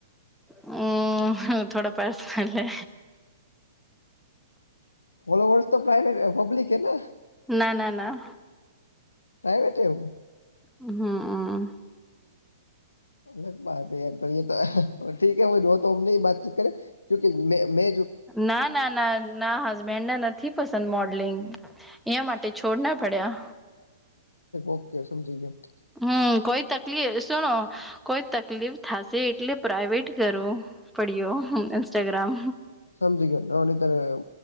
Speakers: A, in the centre; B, on the left (about 85°).
A: હમ્મ હ થોડા પર્સનલ હે.
B: બીલો વર્ષ તો પ્રાઈવેટ પબ્લિક હે ને
A: ના-ના-ના.
B: પ્રાઇવેટ હે એઉ
A: હમ્મ હમ્મ
B: અલગ બાત યાર તો તો ઠીક હૈ વો તો હુ વાતચીત કરે ક્યૂકી મે મે
A: ના ના ના ના હસબેન્ડ ના ન નથી પસંદ મોડલિંગ એં માટે છોડ ના પડ્યા.
B: ઓકે સમજી ગયા.
A: હમ્મ કોઈ તકલીફ શેનો કોઈ તકલીફ થશે એટલે પ્રઇવેટ કરું પડ્યો ઇન્સ્ટાગ્રામ
B: સમજી ગયો